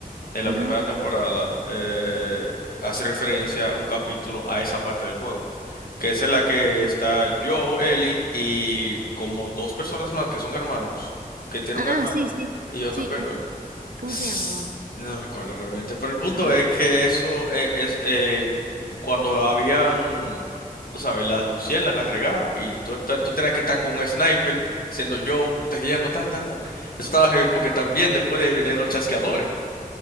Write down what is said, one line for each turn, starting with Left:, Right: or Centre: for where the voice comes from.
Left: en la
Right: Ujú.
Left: primera temporada, eh, hace referencia un capítulo a esa parte del juego, que es en la que está Joe, Ellie y como dos personas más que son hermanos, que tiene
Right: Ah,
Left: un hermano
Right: sí, sí.
Left: y otro
Right: Sí,
Left: penal.
Right: ay, ¿cómo
Left: S-
Right: se llamaba?
Left: No recuerdo realmente, pero el punto
Right: Ajá.
Left: es que eso eh, es eh, cuando habían, tú sabes, las luciérnagas regadas y tú, tú, tú tenías que estar con un sniper, siendo yo, protegiendo, tan, tan, tan. Eso estaba heavy porque también después de ahí venían los chasqueadores